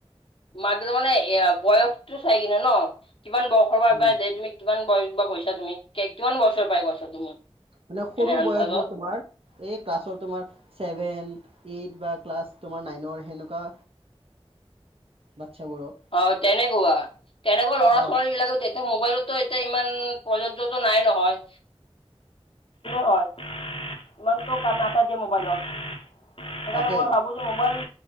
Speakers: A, on the left (about 55°); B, on the right (about 60°).
A: মাকে দেউতাক মানে এ বয়সটো চাই কিনে ন। কিমান বয়সৰ পৰা
B: অ
A: পৰা দে তুমি কিমান বয়সৰ পৰা কৈছা তুমি কিমান বয়ছৰ পৰাই কৈছা তুমি
B: মানে সৰু
A: এনে আন্তাজত
B: বয়সবোৰ তোমাৰ এই ক্লাছৰ তোমাৰ ছেভেন এইট বা ক্লাছ তোমাৰ নাইনৰ সেনেকুৱা বাচ্ছাবোৰক
A: অ' তেনেকুৱা তেনেকুৱা ল'ৰা
B: অ
A: ছোৱালী বিলাকো এয়া মোবাইলতো এতিয়া ইমান প্ৰযোজ্যতো নাই নহয়। হয়, ইমানতটো কাম নাথাকে মোবাইলত। সেইকাৰণে
B: তাকে
A: মই ভাবো যে মোবাইল